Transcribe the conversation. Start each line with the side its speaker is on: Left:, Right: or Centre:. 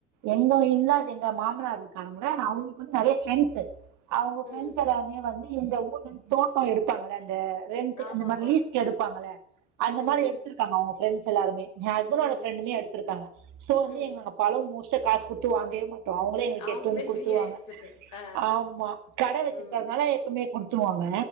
Right: எங்க இல்லாது எங்க மாமனார் இருக்காங்கல அவங்களுக்கு வந்து நெறைய
Left: ம்
Right: ஃப்ரெண்ட்ஸு அவங்க
Left: ம்
Right: ஃப்ரெண்ட்ஸு எல்லாருமே வந்து இந்த ஊர்லந்து தோட்டோ எடுத்தாங்கல அந்த ரெண்ட்
Left: ஆமாம்மா
Right: அந்த மாரி லீஸ்க்கு எடுப்பாங்கள அந்த
Left: ம்
Right: மாரி எடுத்துருக்காங்க அவங்க ஃப்ரெண்ட்ஸ் எல்லாருமே எ ஹஸ்பண்டோட
Left: ம்
Right: ஃப்ரெண்டுமே எடுத்துருகாங்க ஸோ வந்து
Left: ம்
Right: எங் பழொ மோஸ்ட்டா காசு கொடுத்து வாங்கவே மாட் அவங்களே எங்களுக்கு
Left: அவங்களே
Right: எத்து வந்து குடுத்துருவாங்க
Left: ஃப்ரீயாக எடுத்துட்டு ஆ
Right: ஆமா கட வச்சிருக்கதனால
Left: ம்
Right: எப்பமே கொடுத்துவாங்க